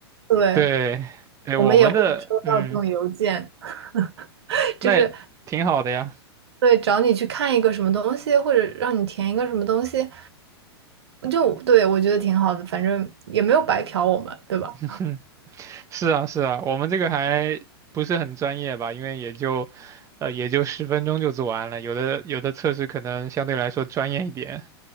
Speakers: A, on the right (about 75°); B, on the right (about 20°).
A: 对，
B: 对对，
A: 我们也会收到这种邮件，
B: 我们的嗯，
A: <laughs>
B: 那挺好的呀。
A: 就是对找你去看一个什么东西，或者让你填一个什么东西，就对我觉得挺好的，反正也没有白嫖我们，对吧？
B: <laughs> 哼，是啊，是啊，我们这个还不是很专业吧，因为也就，呃，也就十分钟就做完了，有的有的测试可能相对来说专业一点。